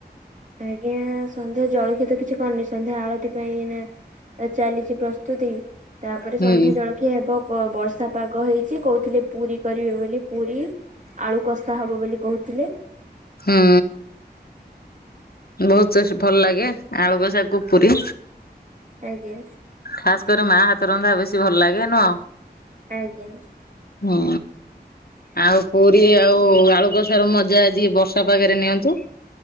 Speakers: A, on the right; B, on the left.
A: ଆଜ୍ଞା ସନ୍ଧ୍ୟା ଜଳଖିଆ ତ କିଛି କରିନି ସନ୍ଧ୍ୟା ଆଳତି ପାଇଁ ନା ଚାଲିଚି ପ୍ରସ୍ତୁତି ତାପରେ
B: ହୁଁ
A: ସନ୍ଧ୍ୟା ଜଳ କିଏ ହେବ ବର୍ଷା ପାଗ ହେଇଛି କହୁଥିଲେ ପୁରୀ କରିବେ ବୋଲି ପୁରୀ। ଆଳୁ କଷା ହବ ବୋଲି କହୁଥିଲେ।
B: ହଁ। ବହୁତ୍ ଚେଷ୍ଟ୍- ଭଲ ଲାଗେ ଆଳୁ କଷା କୁ ପୁରି।
A: ଆଜ୍ଞା।
B: ଖାସ କରି ମା ହାତ ରନ୍ଧା ବେଶୀ ଭଲ ଲାଗେ ନୁହଁ।
A: ଆଜ୍ଞା।
B: ହଁ। ଆଉ ପୁରୀ ଆଉ ଆଲୁକସାରୁ ମଜା ଆଜି ବର୍ଷା ପାଗରେ ନିଅନ୍ତୁ।